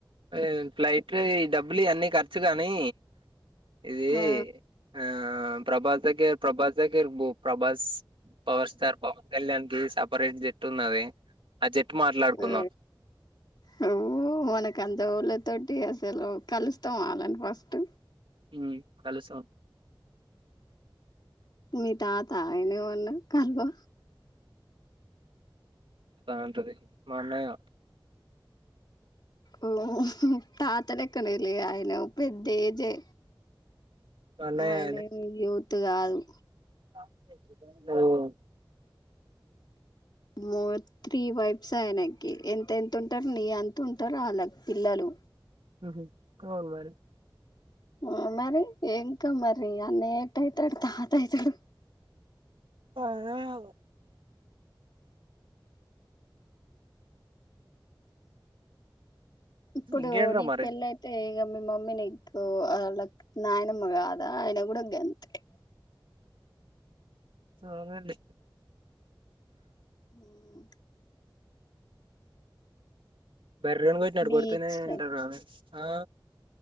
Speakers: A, on the right (about 85°); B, on the left (about 55°).
A: ఏ ఫ్లైట్ లో ఈ డబ్బులు ఇ అన్నీ ఖర్చు కానీ ఇది
B: ఆ
A: ఆ ప్రభాస్ కే ప్రభాస్ కేర్ ఇర్బు ప్రభాస్ పవర్ స్టార్ పవన్ కళ్యాణ్ కి సపరేట్ జట్టు ఉన్నది ఆ జట్టు మాట్లాడుకుందాం
B: ఆ నువ్వు మనకంత్ తోల తోటి అసలు కలుస్తామా వాళ్ళని ఫస్ట్
A: మ్ అలుసా
B: మీ తాతయను ఉను కాల్ బో
A: వస్తా అంట అది మా అన్నయ్య
B: ఓ తాతనేక్కనేలే ఆయన ఓ పెద్ద ఏజే
A: మా అన్నయ్య
B: అయన ఏమ్ యూత్ కాదు
A: అద్ గో
B: మోర్ త్రీ వైబ్స్ ఆయనకి ఎంత ఎంత ఉంటారు నీ అంత ఉంట్ టరో వాళ్ళ పిల్లలు
A: ఉహు డోంట్ వరి
B: ఆ మరి ఇంకా మరి అనేేట్ అయితాడు తాతయ్యే తో
A: అర్రో
B: ఇప్పుడు
A: ఇంకేంట్రా
B: నీక్
A: మరి
B: పెళ్ళ అయితే ఇగ మీ మమ్మీ నీకో వాళక్ నాయన అమ్మ కాదా ఆయన కూడా గెంత్ ఏ
A: సరే లే
B: మ్మ్
A: బర్రీని కొట్టినట్టు
B: బీచ్లు
A: కోడ్ తేనే ఉంటారు అండి ఆ